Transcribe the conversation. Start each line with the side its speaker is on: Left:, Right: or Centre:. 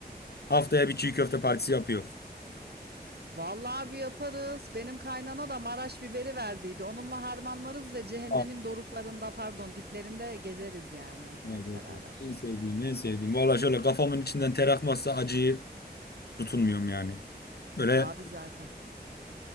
Left: Haftaya bir çiğ köfte partisi yapıyor.
Right: Vallahi bir yaparız. Benim kaynana da Maraş biberi verdiydi. Onunla harmanlarız ve cehennemin
Left: Ah,
Right: doruklarında pardon diplerinde gezeriz yani
Left: evet,
Right: hep
Left: evet.
Right: beraber.
Left: evet. En sevdiğim, en sevdiğim. Vallahi şöyle kafamın içinden ter akmazsa acıyı tutunmuyorum yani. Böyle
Right: Abi zaten.